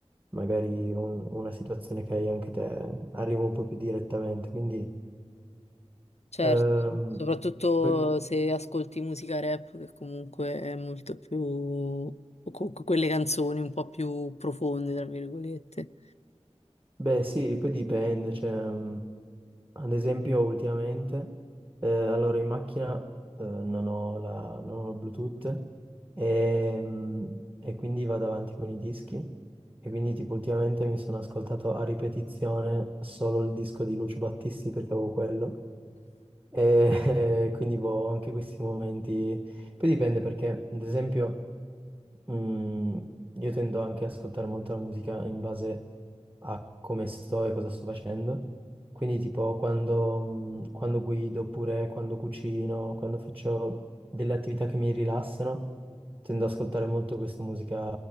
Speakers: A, on the right (about 15°); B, on the left (about 75°).
A: magari un- una situazione che hai anche te arriva un po' più direttamente, quindi...
B: Certo,
A: ehm,
B: soprattutto
A: poi
B: se ascolti musica rap, che comunque è molto più... o comunque quelle canzoni un po' più profonde, tra virgolette.
A: Beh, sì, poi dipende, cioè, mh, ad esempio ultimamente, eh, allora in macchina eh, non ho la, non ho il Bluetooth e, mh, e quindi vado avanti con i dischi e quindi tipo ultimamente mi sono ascoltato a ripetizione solo il disco di Lucio Battisti perché avevo quello e <laughs> quindi boh, ho anche questi momenti, poi dipende perché ad esempio... Mm, io tendo anche ad ascoltare molto la musica in base a come sto e cosa sto facendo. Quindi, tipo, quando, mm, quando guido, oppure quando cucino, quando faccio delle attività che mi rilassano, tendo ad ascoltare molto questa musica,